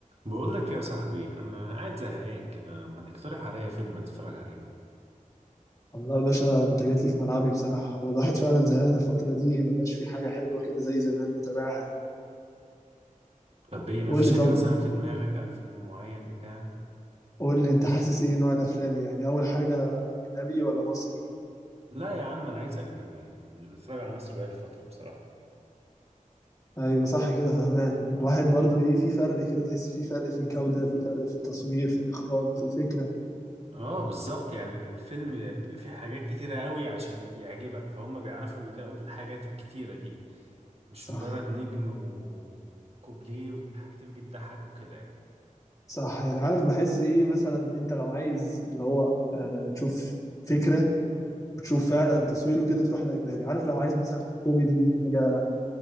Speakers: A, on the right; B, on the left.
A: بقول لك يا صاحبي انا قاعد زهقان كده ما تقترح عليا فيلم نتفرج عليه
B: والله يا باشا انت جيت لي في ملعبي بصراحة هو الواحد فعلا زهقان الفترة دي ما بقاش في حاجة حلوة كده زي زمان نتابعها يعني
A: طب ايه مفيش
B: قول لي
A: حاجه
B: طب
A: مثلا في دماغك أو فيلم معين بتاع
B: قول لي انت حاسس ايه نوع الافلام يعني اول حاجة اجنبي ولا مصري
A: لا يا عم انا عايز اجنبي يعني مش بتفرج على مصري بقالي فتره بصراحه
B: ايوه صح كده فهمان الواحد برضو ايه في فرق كده تحس في فرق في الجودة في فرق في التصوير في الاخراج في الفكرة
A: اه بالظبط يعني الفيلم بيبقى فيه حاجات كتيره قوي عشان يعجبك فهم بيعرفوا يلاقوا الحاجات الكتيره دي مش
B: صح
A: مجرد نجم وكوبليه وحاجتين بتضحك وكده يعني
B: صح يعني عارف بحس ايه مثلا انت لو عايز اللي هو اه تشوف فكرة وتشوف فعلا تصويره كده تروح للاجنبي عارف لو عايز مثلا كوميدي حاجة